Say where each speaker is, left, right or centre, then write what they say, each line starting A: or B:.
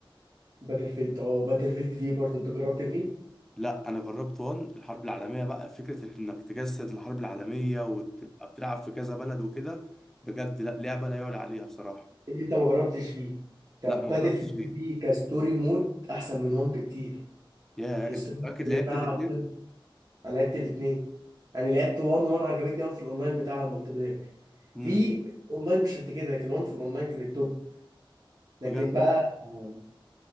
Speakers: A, on the right; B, in the centre.
A: باتل فيلد اه باتل فيلد فيه برضو انت جربت فيه؟ إيه
B: لا انا جربت وان الحرب العالميه بقى فكره انك تجسد الحرب العالميه وتبقى بتلعب في كذا بلد وكده بجد لا لعبه لا يعلى عليها بصراحه
A: اللي انت ما جربتش فيه طب
B: لا ما
A: باتل
B: جربتش
A: فيلد
B: دي
A: فيه كستوري مود احسن من وان بكتير
B: يا
A: الستوري
B: انت متاكد
A: مود
B: لعبت
A: بتاعها
B: الاثنين
A: بجد انا لعبت الاثنين انا لعبت 1 1 عجبتني قوي في الاونلاين بتاع المالتي بلاير
B: امم
A: في اونلاين مش قد كده لكن 1 في الاونلاين كان التوب لكن
B: بجد
A: بقى آم،